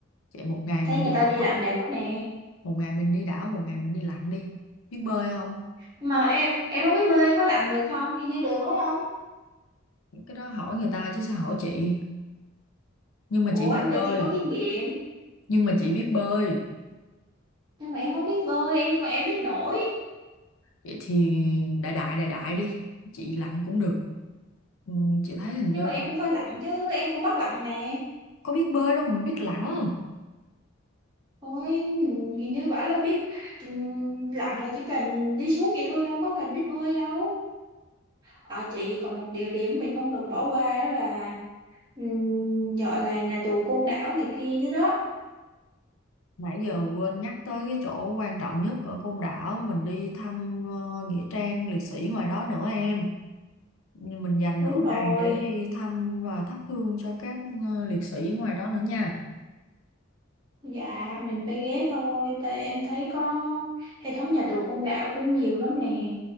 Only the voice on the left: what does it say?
Vậy một ngày
mình
đi
đảo,
một ngày mình đi đảo, một ngày mình đi lặn đi. Biết bơi không?
Cái đó hỏi người ta chứ sao hỏi chị. Nhưng mà
chị biết
bơi,
nhưng mà chị biết bơi.
Vậy thì đại đại đại đại đi Chị lặn cũng được ừ, Chị thấy hình như
Có biết bơi đâu mà biết lặn
Nãy giờ quên nhắc tới cái chỗ quan trọng nhất ở Côn Đảo Mình đi thăm ờ, Nghĩa trang liệt sĩ ngoài đó nữa em Nhưng Mình dành
nửa
ngày để đi thăm và thắp hương cho các ờ, liệt sĩ ngoài đó nữa nha